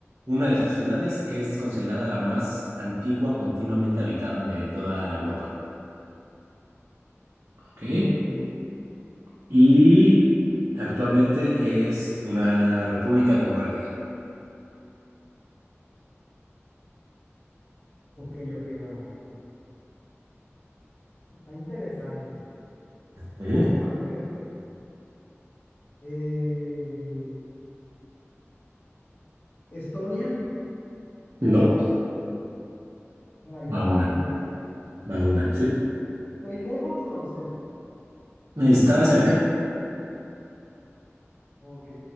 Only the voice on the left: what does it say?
ok,
ok, ok, bueno, está interesante.
Vamos a ver. Eh, Estonia,
bueno, ahí va
la primera.
¿Estoy lejos o cerca?
Ok,